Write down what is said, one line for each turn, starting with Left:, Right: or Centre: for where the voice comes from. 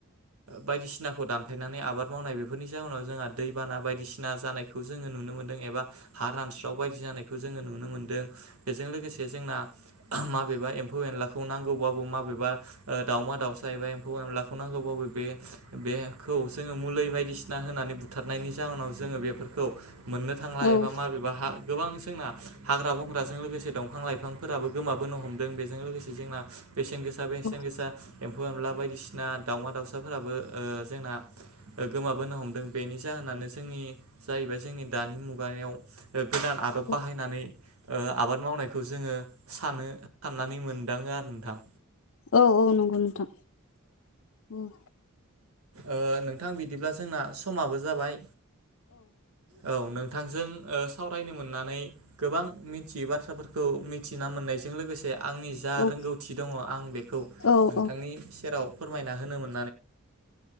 Right: बायदिसिनाखौ दानफायनानै आबाद मावनाय बेफोरनि जाहोनाव जोंहा दैबाना बायदिसिना जानाय खौ जोङो नुनो मोन्दों एबा हा रानस्राव बायदि जानायखौ जोङो नुनो मोनदों। बेजों लोगोसे जोंना माबेबा एम्फौ एनलाखौ नांगौबाबो माबेबा ओ दावमा दाउसा एबा एम्फौ एनलाखौ नांगौ <unintelligible> बे बेखौ जोङो मुलै बायदिसिना होनानै बुथारनायनि जाहोनाव जोङो बेफोर खौ मोननो थांला
Left: औ
Right: एबा
Left: नंगौ
Right: माबेबा
Left: नोंथां
Right: हा गोबां जोंना हाग्रा बंग्राजों लोगोसे दंफां लाइफांफोराबो गोमाबोनो हमदों बेजों लोगोसे जोंना बेसेन गोसा बेसेन गोसा
Left: औ
Right: एम्फौ एनला बायदिसि जोंना दाउमा दाउसाफोराबो ओ जोंना ओ गोमाबोनो हमदों बेनि जाहोनानो जोंनि बे जोंनि दानि मुगायाव ओ गोदान आदब बाहायनानै
Left: औ
Right: ओ आबाद मावनायखौ जोङो सानो साननानै मोनदाङो आरो नोंथां।
Left: औ औ नंगौ नोंथां ओम।
Right: ओ नोंथां बिदिब्ला जोंना समाबो जाबाय। औ नोंथांजों ओ सावरायनो मोननानै गोबां मिथियै बाथ्राफोरखौ मिथिना मोननायजों लोगोसे आंनि जा
Left: औ
Right: रोंगौथि दङ आं बेखौ
Left: औ औ
Right: नोंथांनि सेराव फोरमाय दा होनामोन